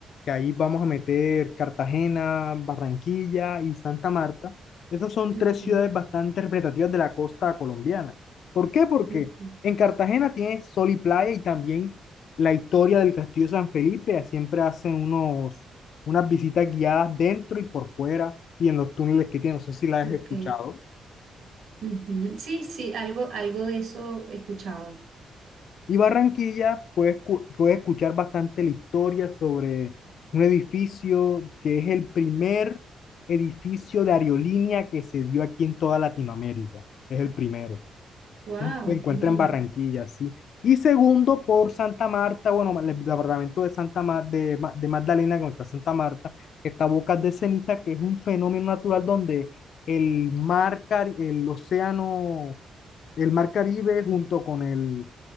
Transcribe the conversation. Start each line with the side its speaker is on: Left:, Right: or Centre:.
Left: que ahí vamos a meter Cartagena, Barranquilla y Santa Marta. Esas son
Right: Ok.
Left: tres ciudades bastante representativas de la costa colombiana. ¿Por qué? Porque
Right: ujú,
Left: en Cartagena tienes sol y playa y también la historia del Castillo de San Felipe. Siempre hacen unos unas visitas guiadas dentro y por fuera y en los túneles que tiene. No sé si la has
Right: Ok.
Left: escuchado.
Right: ujú. Sí, sí, algo, algo de eso he escuchado.
Left: Y Barranquilla, puedes, cu- puedes escuchar bastante la historia sobre un edificio que es el primer edificio de aerolínea que se dio aquí en toda Latinoamérica. Es el primero.
Right: Wow,
Left: Se se encuentra
Right: qué bien.
Left: en Barranquilla, sí. Y segundo, por Santa Marta, bueno, el departamento de Santa Ma- de, Ma- de Magdalena, que no está Santa Marta, que está Bocas de Ceniza, que es un fenómeno natural donde el mar, Cari- el océano, el mar Caribe junto con el,